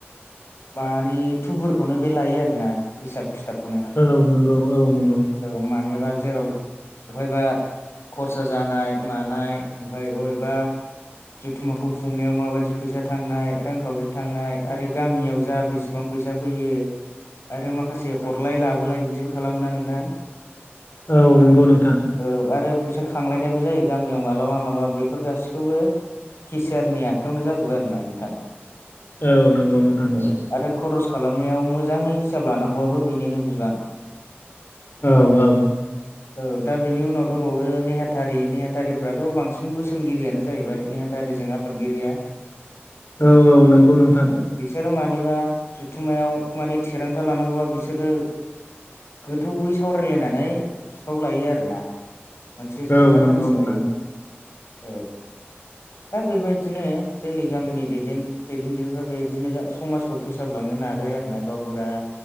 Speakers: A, on the left; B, on the left.
A: मानिे थुबुरखौनो बे लायो आरो ना हिसाब खिथाबखौनो
B: औ नंगौ औ नंगौ।
A: औ मानिबा जेराव बहायबा खरसा जानाय मानाय ओमफ्राय बबेबा जुथुम्माखौ खुंनायाव माबायदि फैसा थांनाय रांखावरि थांनाय आरो गामियाव जा बे बिसिबां फैसा फैयो? आरो माखासे हरलाय लाबोलाय बिदिबो खालामो ना नोंथां?
B: औ नंगौ नोंथां।
A: औ आरो फैसा खांलायनायबो जायो गामियाव मालाबा-मालाबा बेफोर गासि थेवबो किसियारनि आखायावनो जाजोबो आरो ना नोंथां?
B: औ नंगौ नोंथां।
A: औ आरो खरस खालामनायाव मोजाङै हिसाब लानांगौआबो बेनिनो बिबान
B: औ औ
A: औ दा बेनि उनाव दंबावो नेहाथारि नेहाथारिफ्राथ' बांसिन बोसोनगिरियानो जाहैबाय नेहाथारिजों आफादगिरिया
B: औ औ नंगौ नोंथां।
A: औ बिसोरो मानिबा जुथुम्मायाव माने थिरांथा लानांगौबा बिसोरो गोथौयै सावरायलायनानै बिफाव लायो आरो ना मोनसे जोबथा
B: औ नंगौ
A: थांखि
B: नोंथां
A: लायो औ दा बेबायदिनो जोंनि गामिनि दैदेन दैदेनगिरिफ्रा बेबायदिनो समाज खौ फोसाबलांनो नाजायो आरो ना गावबुरा